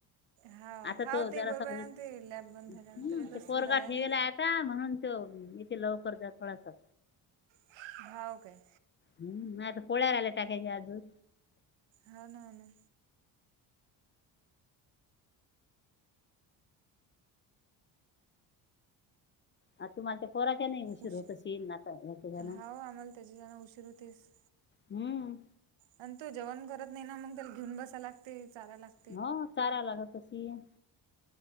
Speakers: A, on the right; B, on the left.
A: हाव
B: आता
A: हाव
B: तो
A: ते
B: जरा
A: बरोबर
B: सगळी
A: आहे ना ते लॅब बंद झाल्यानंतर
B: हम
A: येत
B: ते
A: असतील
B: पोरगा
A: दादा आहे
B: ठेवला
A: ना
B: आता म्हणून तो. हम् इथे लवकर जा कोळसा.
A: <unintelligible> हाव काय.
B: हम् आता पोळ्यार आल्या टाकायच्या आजून.
A: हा ना ना.
B: आ तुम्हालाच्या पोराच्या नाही उशीर
A: उश
B: होत शील नाता याच जण.
A: हाव आम्हाला त्याच्यानं उशीर होतेच
B: हम्म.
A: आणि तो जेवण करत नाही ना मग त्याला घेऊन बसाय लागते चारय लागते
B: हो चारा लागत तशी आहे.